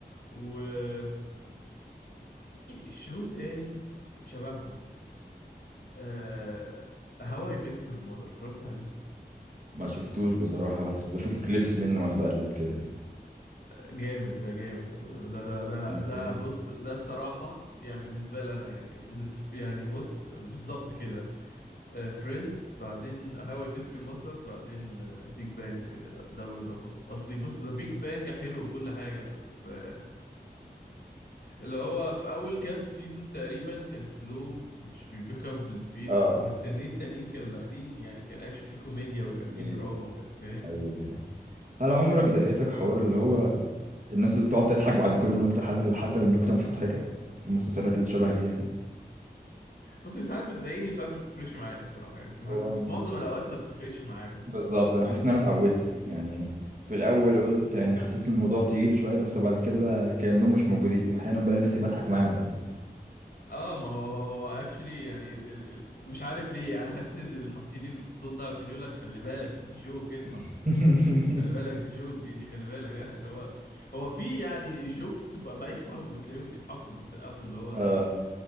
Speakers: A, on the left (about 70°); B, on the right (about 50°).
A: وفي شو تاني شبههم آه... هواي I Met Your Mother اتفرجت عليه
B: ما شفتوش بصراحة بس بشوف كليبس منه وانا بقلب كده يعني
A: جامد ده جامد ده ده ده ده,
B: اوكي
A: ده بص ده الصراحة يعني بالنسبة لي أنا يعني إذا ف- يعني بص بالظبط كده فريندز بعدين هاو اي ميت يور ماذر بعدين بيج بانج داون ات ذا بوتوم أصلي بص ذا بيج بانج حلو وكل حاجة بس آه، اللي هو في اول كام سيزون تقريبا كان سلو ومكانش بيبيك اب البيس
B: اه
A: لكن هو التانيين التانيين كانوا داخلين يعني كان اكشن فيه كوميديا وكان فيه
B: ميبي
A: دراما وكان فاهم
B: ايوه ايوه هل عمرك ضايقتك حوار اللي هو الناس اللي بتقعد تضحك بعد كل نكتة حتى حتى النكتة مش مضحكة في المسلسلات اللي شبه دي يعني
A: بص هي ساعات بتضايقني وساعات ما بتفرقش معايا الصراحه يعني ساعات
B: هو
A: بس
B: أنا-
A: في معظم الاوقات ما بتفرقش معايا
B: بالظبط انا حاسس ان انا اتعودت يعني في الاول قلت يعني حسيت الموضوع تقيل شوية بس بعد كده كأنهم مش موجودين واحيانا بلاقي نفسي بضحك معاهم اساسا
A: اه ما هو هو اكشلي يعني ال ال ال مش عارف ليه انا حاسس ان اللي حاطين الصوت ده علشان يقول لك خلي بالك دي جوك اضحك
B: <laughs>
A: خلي بالك دي جوك دي دي خلي بالك ها اللي هو هو في يعني جوكس بتبقى بايخه وتلاقيهم بيضحكوا وبيسقفوا اللي هو
B: اه